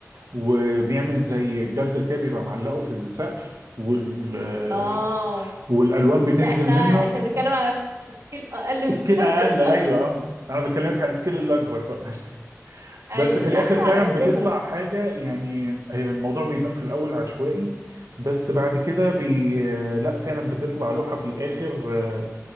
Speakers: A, on the right; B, on the right.
A: وبيعمل زي جردل كده بيبقى معلقه في السقف وال آه،
B: اه
A: والالوان بتنزل
B: لا احنا
A: منه
B: احنا بنتكلم على س- سكيل اقل من
A: سكيل
B: <laughs> كده
A: اقل
B: شوية.
A: ايوه اه انا بكلمك على السكيل الاكبر بقى بس
B: ايوه
A: في
B: لا
A: الاخر
B: احنا
A: فعلا
B: على قدنا
A: بتطلع حاجه يعني هي الموضوع بيبان في الاول عشوائي بس بعد كده بي لا فعلا بتطلع لوحه في الاخر آه،